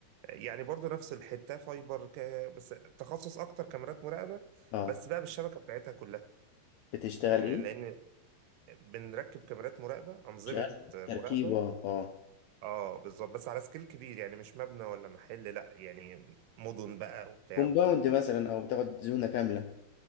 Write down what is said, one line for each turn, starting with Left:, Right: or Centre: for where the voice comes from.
Right: يعني برضو نفس الحتة فايبر ك... بس تخصص أكتر كاميرات مراقبة
Left: اه
Right: بس بقى بالشبكة بتاعتها كلها
Left: بتشتغل
Right: آه،
Left: ايه
Right: لأن بنركب كاميرات مراقبة أنظمة
Left: شغال
Right: مراقبة
Left: تركيب اه اه
Right: اه بالظبط بس على سكيل كبير يعني مش مبنى ولا محل لا يعني مدن بقى وبتاع
Left: كومباوند
Right: وكده
Left: مثلا او بتاخد زونه كامله